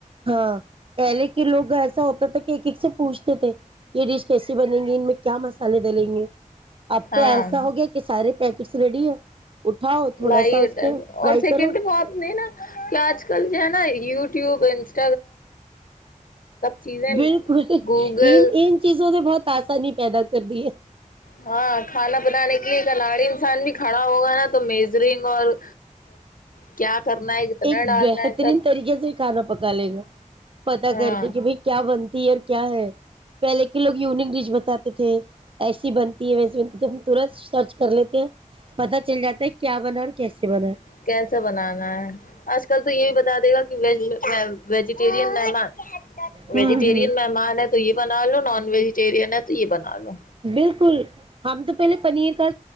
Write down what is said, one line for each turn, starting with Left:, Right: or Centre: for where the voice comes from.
Right: ہاں پہلے کے لوگ ایسا ہوتا تھا کہ ایک ایک سے پوچھتے تھے یہ ڈش کیسی بن گی ان میں کیا مسالے دلیں گے اب
Left: ہاں
Right: تو ایسا ہو گیا کہ سارے پیکس ریڈی ہے اٹھاؤ تھوڑا
Left: لائیٹ
Right: سا اس کے فرائی
Left: اور سیکنڈ
Right: کرو
Left: بات میں نا کہ آج کل جو ہے نا یو ٹیوب انسٹ چیزیں
Right: بالکل
Left: گوگل
Right: ان ان چیزوں سے بہت آسانی پیدا کرنی ہے
Left: ہاں کھانا بنانے کے لیے کناڑی انسان بھی کھڑا ہوگا نا تو میزرنگ اور کیا کرنا ہے کتنا
Right: ایک
Left: ڈالنا
Right: بہترین
Left: ہے سب
Right: طریقے سے کھانا پکا لے گا پتا
Left: ہاں
Right: کر کے کہ بھائی کیا بنتی ہے اور کیا ہے پہلے کے لوگ یونک ڈش بتاتے تھے ایسی بنتی ہے ویسی بنتی تو ہم تورت سرچ کر لیتے ہیں پتا چل جاتا ہے کیا بنا ہے اور کیسے بنا ہے
Left: کیسا بنانا آج کل تو یہ بھی بتا دے گا کہ وج ویجیٹیرین نہیں
Right: ہوں
Left: ویجیٹیرین
Right: ہوں
Left: مہمان ہے تو یہ بنا لو نان ویجیٹیرین ہے تو یہ بنا لو
Right: بالکل ہم تو پہلے پنیر کا